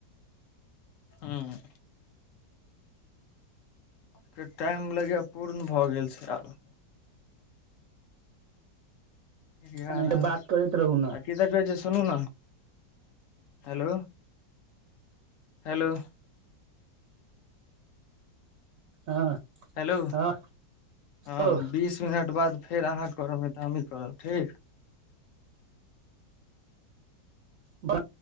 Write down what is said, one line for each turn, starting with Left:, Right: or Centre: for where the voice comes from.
Left: हूँ के टाइम लगैए पूर्ण भऽ गेल छय आब एगारह
Right: नहि तऽ बात करैत रहू ने
Left: की तऽ कहै छै सुनू ने हेलो हेलो
Right: हँ
Left: हेलो
Right: हँ
Left: हँ
Right: यौ
Left: बीस मिनट बाद फेर अहाँ करब नहि तऽ हमहीँ करब ठीक
Right: बाह